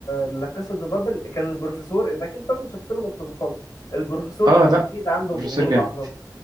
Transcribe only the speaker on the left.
لا كاسا دو بابل كان البروفيسور انت اكيد بس شفت له مقتطفات البروفيسور
اكيد عنده
غرور
عظمة